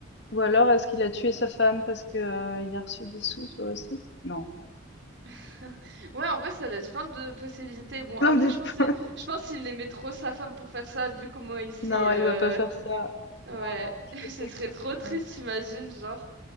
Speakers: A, on the left; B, on the right.
A: ou alors est-ce qu'il a tué sa femme parce qu'il a reçu des sous sur le site? Non.
B: <laughs> Ouais, en vrai, ça laisse plein de possibilités. Bon,
A: Plein
B: après,
A: de
B: je pense
A: <laughs>
B: que-
A: po
B: je pense qu'il aimait trop sa femme pour faire ça, vu comment il s'est
A: non,
B: euh,
A: il va pas faire ça.
B: Ouais,
A: Non, non, je
B: <laughs>
A: pense
B: ce
A: pas que
B: serait
A: c'est
B: trop triste, j'imagine, genre.